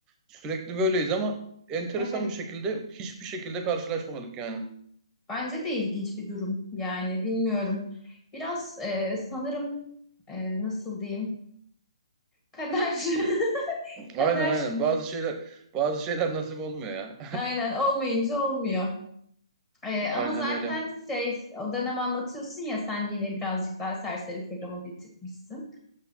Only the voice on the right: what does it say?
Sürekli böyleyiz ama enteresan
bir şekilde hiçbir şekilde karşılaşmadık yani.
Aynen aynen. Bazı şeyler bazı şeyler nasip olmuyor ya.
<laughs>
Aynen
öyle.